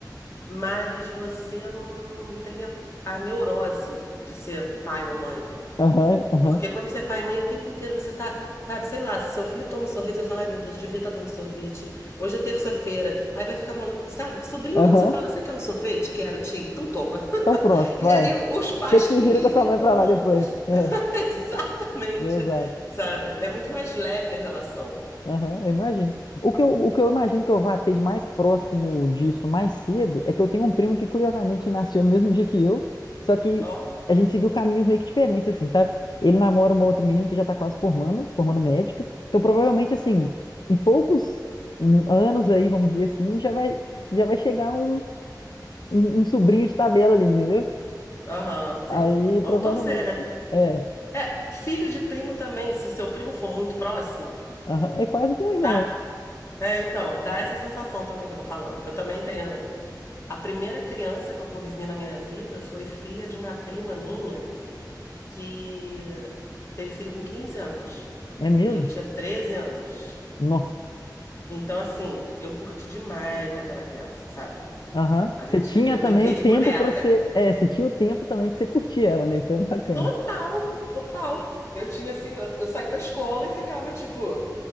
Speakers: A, on the left (about 40°); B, on the left (about 75°).
A: mas você não, não tem a, a neurose de ser pai ou mãe.
B: aham, aham,
A: Porque quando você é pai e mãe, o tempo inteiro você tá, sabe, sei lá, se seu filho toma um sorvete, você fala, ai meu Deus, devia estar dando sorvete. Hoje é terça-feira, aí vai ficar mal. Sabe, sobrinho
B: aham.
A: não, você fala, você quer um sorvete? Quero, tia, então toma.
B: Então pronto,
A: E
B: vai.
A: aí os pais
B: Tem que
A: que
B: se
A: lidem
B: gira com a sua mãe
A: com
B: pra lá depois. É,
A: <laughs> Exatamente,
B: exato.
A: sabe? É muito mais leve a relação.
B: Aham, eu imagino. O que eu, o que eu imagino que eu vá ter de mais próximo disso mais cedo é que eu tenho um primo que curiosamente nasceu no mesmo dia que eu, só que
A: Ó,
B: a gente seguiu caminhos meio que diferentes, assim, sabe? Ele namora uma outra menina que já tá quase formando, formando médica. Então, provavelmente, assim, em poucos hum, anos aí, vamos dizer assim, já vai, já vai chegar um, um, um sobrinho de tabela ali, entendeu?
A: aham, sim.
B: Aí,
A: Vamos
B: provavelmente,
A: torcer, né?
B: é,
A: É, filho de primo também, se seu primo for muito próximo,
B: aham, é quase como um
A: dá.
B: irmão, né?
A: É, então, dá essa sensação também que eu tô falando. Eu também tenho. A primeira criança que eu convivi na minha vida foi filha de uma prima minha que teve filho com 15 anos.
B: É mesmo?
A: E eu tinha 13 anos.
B: Nó.
A: Então, assim, eu curti demais aquela criança, sabe?
B: Aham.
A: A
B: Você
A: gente,
B: tinha
A: eu
B: também
A: brinquei
B: o
A: de
B: tempo
A: boneca.
B: pra você. É, você tinha o tempo também pra você curtir ela, né? Isso é bacana.
A: Total, total. Eu tinha assim, eu, eu saí da escola e ficava tipo, o